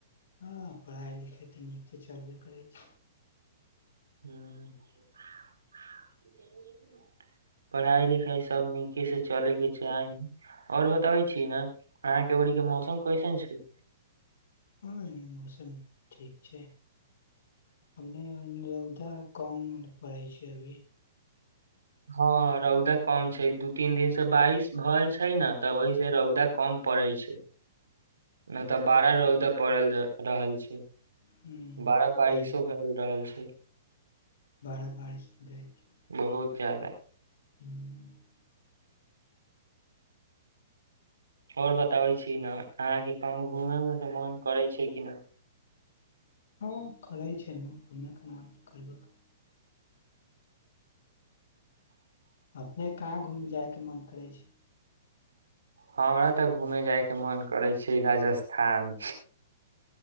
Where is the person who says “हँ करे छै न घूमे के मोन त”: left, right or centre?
Left